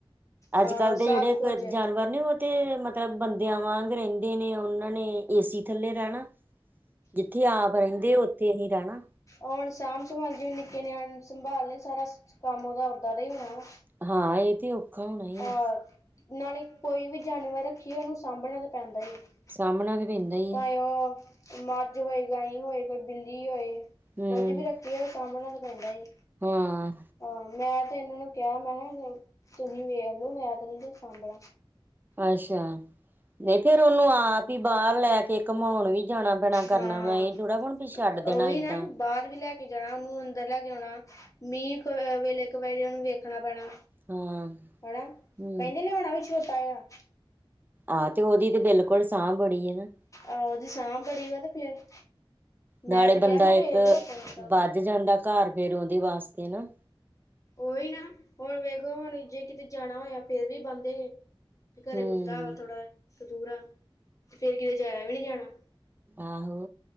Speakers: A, on the right; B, on the left.
A: ਅੱਜ-ਕੱਲ
B: ਹਾਂ ਸਭ
A: ਦੇ ਜਿਹੜੇ
B: ਕੁਝ
A: ਜਾਨਵ ਵਰ ਨੇ ਉਹ ਤੇ, ਮਤਲਬ ਬੰਦਿਆਂ ਵਾਂਗ ਰਹਿੰਦੇ ਨੇ ਉਹਨਾਂ ਨੇ ਏਸੀ ਥੱਲੇ ਰਹਿਣਾ। ਜਿੱਥੇ ਆਪ ਰਹਿੰਦੇ, ਉੱਥੇ ਹੀ ਰਹਿਣਾ।
B: ਔਰ ਸਾਂਭ-ਸੰਭਾਲ ਜਿਵੇਂ ਨਿੱਕੇ ਨਿਆਣੇ ਸੰਭਾਲਨੇ, ਸਾਰਾ ਕੰਮ ਉਹਦਾ ਓਦਾਂ ਦਾ ਹੀ ਹੋਣਾ ਵਾ।
A: ਹਾਂ, ਇਹ ਤੇ ਹੋਣਾ ਹੀ
B: ਅਹ!
A: ਆ
B: ਨਾਲੇ ਕੋਈ ਵੀ ਜਾਨਵਰ ਰੱਖੀਏ ਉਹਨੂੰ ਸਾਂਭਣਾ ਤਾਂ ਪੈਂਦਾ ਈ ਆ।
A: ਸਾਂਭਣਾ ਤੇ ਪੈਂਦਾ ਈ
B: ਭਾਂਵੇ ਉਹ ਮੱਝ ਹੋਏ, ਗਾਂਈ ਹੋਏ, ਬਿੱਲੀ ਹੋਏ।
A: ਹਮ
B: ਕੁੱਝ ਵੀ ਰੱਖੀਏ, ਉਹ ਸਾਂਭਣਾ ਤਾਂ ਪੈਂਦਾ ਈ ਏ।
A: ਹਾਂ।
B: ਹਾਂ, ਮੈਂ ਤੇ ਇਹਨਾਂ ਨੂੰ ਕਿਹਾ, ਮੈਂ ਕਿਹਾ ਤੁਹੀ ਵੇਖਲੋ ''ਮੈਂ ਤੇ ਨਹੀ ਜੇ ਸਾਂਭਣਾ।
A: ਅੱਸ਼ਾ। ਨਹੀਂ, ਫੇਰ ਉਹਨੂੰ ਆਪ ਹੀ ਬਾਹਰ ਲੈਕੇ ਘਂਮਾਉਣ ਵੀ ਜਾਣਾ ਪੈਣਾ ਕਰਨਾ,
B: ਹਾਂ
A: ਇਹ ਥੋੜਾ ਕੇ ਹੁਣ ਵੀ ਛੱਡ ਦੇਣਾ।
B: ਉਹੀ
A: ਏਦਾਂ
B: ਬਾਹਰ ਵੀ ਲੈਕੇ ਜਾਣਾ, ਉਹਨੂੰ ਅੰਦਰ ਲੈਕੇ ਆਉਣਾ। ਮੀਂਹ ਵੇਲੇ ਕ ਵੇਲੇ ਉਹਨੂੰ ਵੇਖਣਾ ਪੈਣਾ।
A: ਹਾਂ
B: ਹਣਾ,
A: ਹਮ
B: ਕਹਿੰਦੇ ਲਿਆਉਣਾ ਵੀ ਛੋਟਾ ਯਾ।
A: ਆਹ! ਤੇ ਉਹਦੀ ਤੇ ਬਿਲਕੁਲ ਸਾਂਭ ਬੜੀ ਏ ਨਾ।
B: ਆਹੋ, ਜੇ ਸਾਂਭ ਬੜੀ ਵਾ ਤੇ ਫੇਰ, ''ਮੈਂ
A: ਨਾਲੇ
B: ਤੇ
A: ਬੰਦਾ
B: ਕਿਹਾ, ਮੈਂ
A: ਇੱਕ
B: ਵੇਖਲੋ ਆਪਣਾ ਸ੍ਹਾਬ
A: ਵੱਧ
B: ਲਾਕੇ।
A: ਜਾਂਦਾ ਘਰ ਫੇਰ ਉਹਦੇ ਵਾਸਤੇ ਨਾ
B: ਉਹੀ ਨਾ, ਹੁਣ ਵੇਖੋ ਹੁਣ ਜੇ ਕਿਤੇ ਜਾਣਾ ਹੋਇਆ ਫੇਰ ਵੀ, ਬੰਦਸ ਤੇ ਘਰੇ
A: ਹਮ
B: ਕੁੱਤਾ ਵਾ ਥੋੜਾ, ਕਤੂਰਾ, ਤੇ ਫੇਰ ਕਿਤੇ ਜਾਇਆ ਵੀ ਨਹੀਂ ਜਾਣਾ।
A: ਆਹੋ।